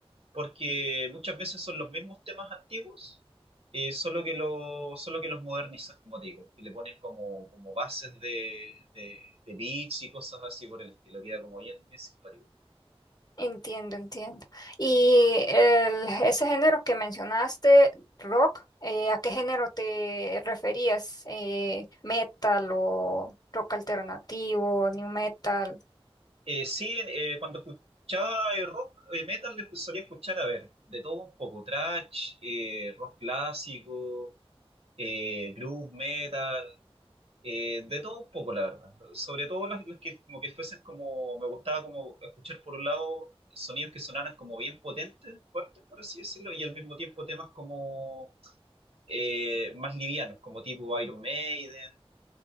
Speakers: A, on the right (about 70°); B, on the left (about 40°).
A: porque muchas veces son los mismos temas antiguos, eh, solo que lo, solo que los modernizan, como te digo, y le ponen como, como bases de, de, de beats y cosas así por el estilo, queda como bien, bien simpático.
B: Entiendo, entiendo. Y el- ese género que mencionaste, rock, eh, ¿a qué género te referías? Eh, ¿metal o rock alternativo, new metal?
A: Eh, sí, eh, cuando escuchaba eh, rock, eh, metal, le- solía escuchar, a ver, de todo un poco, thrash, eh, rock clásico, eh, groove metal, Eh, de todo un poco, la verdad. Sobre todo las, las que como que fuesen como, me gustaba como escuchar por un lado sonidos que sonaran como bien potentes, fuertes, por así decirlo, y al mismo tiempo temas como eh, más livianos, como tipo Iron Maiden,